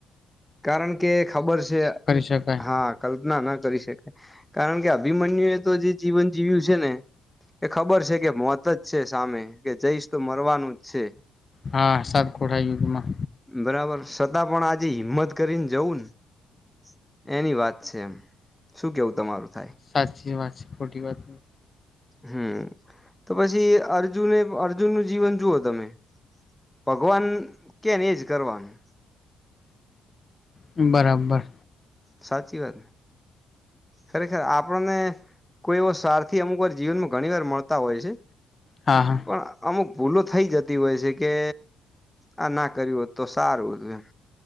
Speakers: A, in the centre; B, on the left.
A: કારણ કે ખબર છે
B: શકાય
A: હા. કલ્પના ના કરી શકાય, કારણ કે અભિમન્યુ એ તો જે જીવન જીવ્યું છે ને. એ ખબર છે કે મોત જ છે સામે કે જઈશ તો મરવાનું જ છે.
B: હા હ સાત કોઠા યુદ્ધ મા.
A: બરાબર છતાં પણ આજે હિંમત કરીને જવું ને એની વાત છે એમ શું કેવું તમારું? થાય.
B: સાચી વાત છે ખોટી વાત.
A: હમ તો પછી અર્જુને અર્જુનનું જીવન જુઓ તમે. ભગવાન કે ને એજ કરવાનું.
B: બરાબર.
A: સાચી વાત ને? ખરેખર આપણને કોઈ એવો સ્વાર્થી અમુક વાર જીવનમાં ઘણી વાર મળતા હોય છે.
B: હા હા.
A: પણ અમુક ભૂલો થઈ જતી હોય છે કે આ ના કર્યું હોત તો સારું હતું એમ.